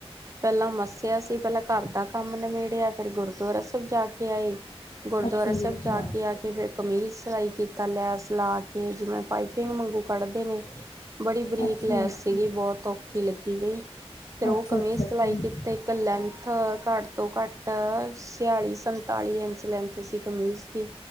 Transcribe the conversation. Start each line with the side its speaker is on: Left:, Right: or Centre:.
Right: ਪਹਿਲਾਂ ਮੱਸਿਆ ਸੀ ਪਹਿਲਾਂ ਘਰ ਦਾ ਕੰਮ ਨਿਬੇੜਿਆ ਫਿਰ ਗੁਰਦੁਆਰਾ ਸਾਹਿਬ ਜਾ ਕੇ ਆਏ ਗੁਰਦੁਆਰਾ
Left: ਅੱਛਾ
Right: ਸਾਹਿਬ
Left: ਜੀ ਅੱਛਾ
Right: ਜਾ ਕੇ ਆ ਕੇ ਫਿਰ ਕਮੀਜ਼ ਸਿਲਾਈ ਕੀਤਾ ਲੈਸ ਲਾ ਕੇ ਜਿਵੇਂ ਪਾਈਪਿੰਗ ਵਾਂਗੂ ਕੱਢਦੇ ਨੇ ਬੜੀ ਬਰੀਕ
Left: ਅੱਛਾ
Right: ਲੈਸ
Left: ਜੀ ਅੱਛਾ
Right: ਸੀਗੀ ਬਹੁਤ ਔਖੀ ਲੱਗੀ ਬਈ ਫੇਰ ਉਹ
Left: ਅੱਛਾ
Right: ਕਮੀਜ਼
Left: ਅੱਛਾ
Right: ਸਿਲਾਈ
Left: ਭੈਣ
Right: ਕੀਤੇ
Left: ਜੀ
Right: ਇੱਕ ਲੈਂਥ ਘੱਟ ਤੋਂ ਘੱਟ ਛਿਆਲੀ ਸੰਤਾਲੀ ਇੰਚ ਲੈਂਥ ਸੀ ਕਮੀਜ਼ ਦੀ